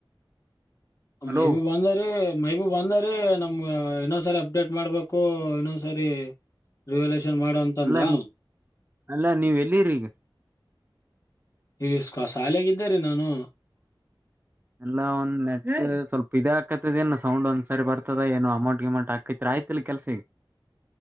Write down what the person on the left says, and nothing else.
ಮೈಬುಬ ಅಂದರಿ ಮೈಬೂಬ ಅಂದರಿ ನಮ್ಗ ಇನ್ನೊಂದ್ಸರಿ ಅಪ್ಡೇಟ್ ಮಾಡ್ಬೇಕು ಇನ್ನೊಂದ್ಸರಿ ರಿವೇಲೇಶ ಜನ್ ಮಾಡು ಅಂತ್ ಅಂದಾ
ಇಸ್ಕ ಸಾಲ್ಯಾಗ್ ಇದ್ದಾರಿ ನಾನು.